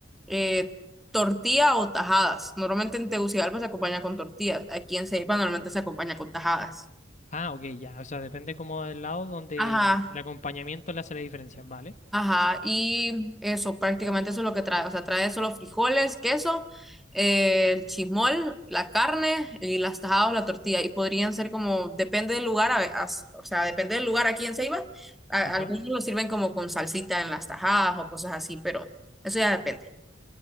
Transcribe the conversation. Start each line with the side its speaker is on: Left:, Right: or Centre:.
Centre: eh, tortilla o tajadas. Normalmente en Tegucigalpa se acompaña con tortillas. Aquí en Ceiba normalmente se acompaña con tajadas.
Left: Ah, ok, ya. O sea, depende como del lado donde
Centre: Ajá,
Left: el acompañamiento le hace la diferencia. Vale.
Centre: ajá. Y eso, prácticamente eso es lo que trae. O sea, trae solo frijoles, queso, eh, el chismol, la carne y las tajadas o la tortilla. Y podrían ser como, depende del lugar, a ve- as- o sea, depende del lugar aquí en Ceiba. a-
Left: Ajá.
Centre: algunos lo sirven como con salsita en las tajadas o cosas así, pero eso ya depende.